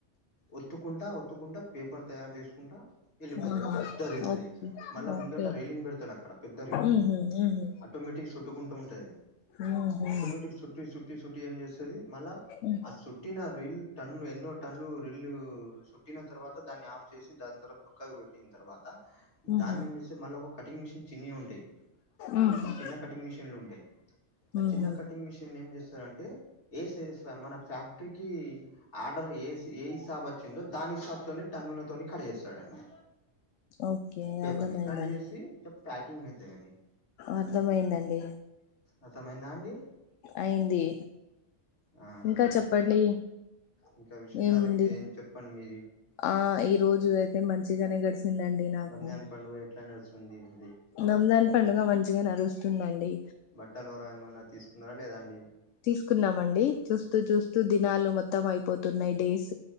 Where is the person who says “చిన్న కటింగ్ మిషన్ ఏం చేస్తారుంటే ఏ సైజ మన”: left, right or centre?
Left